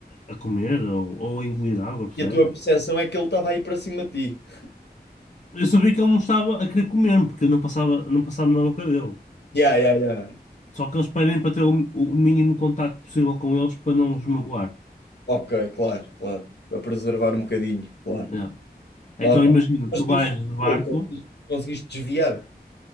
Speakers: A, on the left; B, on the left.
A: a comer ou, ou a engolir água, percebes?
B: E a tua percepção é que ele estava aí para cima de ti.
A: Eu sabia que ele não estava a querer comer, porque eu não passava, não passava na boca dele.
B: Yeah, yeah, yeah.
A: Só que eles pedem para ter o, o mínimo contacto possível com eles para não os magoar.
B: Ok, claro, claro. Para preservar um bocadinho, claro.
A: Yeah. Então
B: Opa.
A: imagina,
B: Mas
A: tu
B: tu
A: vais
B: desviou,
A: de barco,
B: conseguiste, conseguiste desviar.